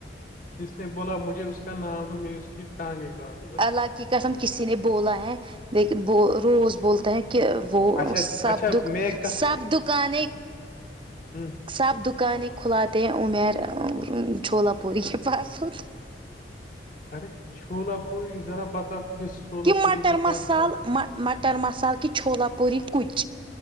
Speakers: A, on the left; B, on the right.
A: کس نے بولا مجھے اس کا نام تو میں اس کی ٹانگے کاٹوں گا
B: اللہ کی قسم کسی نے بولا ہے لیکن ب روز بولتا ہیں کہ وہ
A: اچھا
B: سب
A: اچھا
B: دک
A: میں
B: سب دکانیں
A: ہوں
B: سب دکانیں کھلاتے ہیں امیر چھولا پوری کے پاس ہوتا
A: ارے چھولا پوری ذرا بتاؤ کس چھولا
B: کہ
A: پوری
B: مٹر
A: کے
B: مسال
A: پاس ب
B: مٹر مسال کہ چھلا پوری کچ